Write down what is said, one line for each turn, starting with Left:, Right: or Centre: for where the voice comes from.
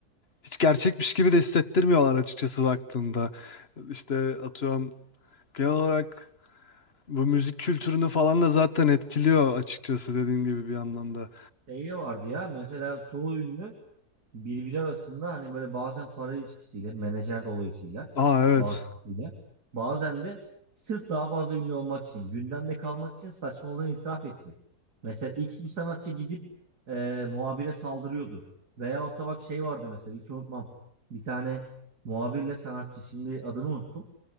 Left: hiç gerçekmiş gibi de hissettirmiyorlar açıkçası baktığında işte atıyorum genel olarak bu müzik kültürünü falan da zaten etkiliyor açıkçası dediğin gibi bir anlamda.
Right: Şey de vardı ya mesela çoğu ünlü birbiri arasında hani böyle bazen para ilişkisiyle, menajer dolayısıyla,
Left: Aa evet.
Right: vasıtasıyla, bazen de sırf daha fazla ünlü olmak için, gündemde kalmak için saçmalığını itiraf etti. Mesela X bir sanatçı gidip e, muhabire saldırıyordu. Veyahut da bak şey vardı mesela hiç unutmam. Bir tane muhabirle sanatçı şimdi adını unuttum.